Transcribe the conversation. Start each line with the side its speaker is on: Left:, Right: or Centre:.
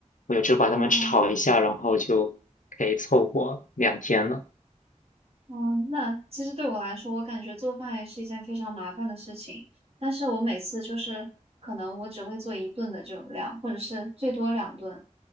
Left: 我就只把它们炒一下，
Right: 哦
Left: 然后就可以凑合两天了。
Right: 哦，那其实对我来说，我感觉做饭也是一件非常麻烦的事情。但是我每次就是可能我只会做一顿的这种量，或者是最多两顿。